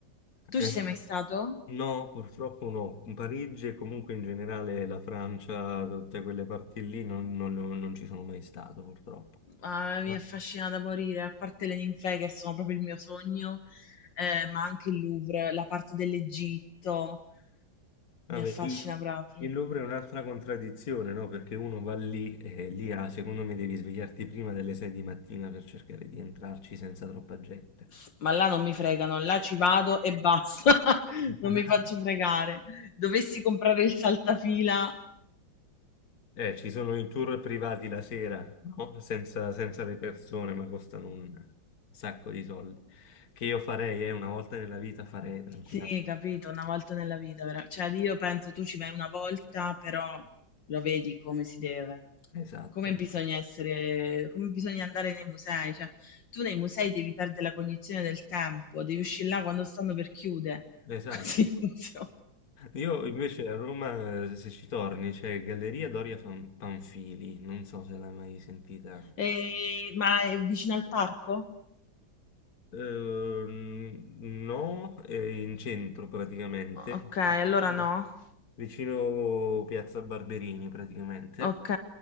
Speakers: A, on the left; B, on the left.
A: Tu
B: Eh,
A: ci sei mai stato?
B: No, purtroppo no. Parigi e comunque in generale la Francia, tutte quelle parti lì non, non- non ci sono mai stato, purtroppo.
A: Ah, mi
B: Ah,
A: affascina da morire, a parte le ninfee che sono proprio il mio sogno, eh, ma anche il Louvre, la parte dell'Egitto.
B: Vabbè,
A: Mi affascina
B: lì-
A: proprio.
B: il Louvre è un'altra contraddizione, no? Perché uno va lì e lì, ah, secondo me, devi svegliarti prima delle 6 di mattina per cercare di entrarci senza troppa gente.
A: S ma là non mi fregano, là ci vado e basta, <laughs> non
B: <laughs>
A: mi faccio fregare. Dovessi comprare il saltafila
B: Eh, ci sono i tour privati la sera, no? Senza, senza le persone, ma costano un sacco di soldi. Che io farei, eh, una volta nella vita farei tranquillamente.
A: sì, capito, una volta nella vita, vera cioè io penso tu ci vai una volta, però lo vedi come si deve.
B: Esatto,
A: Come bisogna essere, come bisogna andare nei musei, cioè tu nei musei devi perdere la cognizione del tempo, devi uscire là quando stanno per chiudere.
B: esatto.
A: <laughs> Così funziona.
B: Io invece a Roma, eh, se ci torni, c'è Galleria Doria Fan- Panfili, non so se l'hai mai sentita.
A: E- ma è vicino al parco?
B: Ehm, no, è in centro praticamente,
A: Ok, allora
B: vicino,
A: no.
B: vicino Piazza Barberini praticamente.
A: Ok,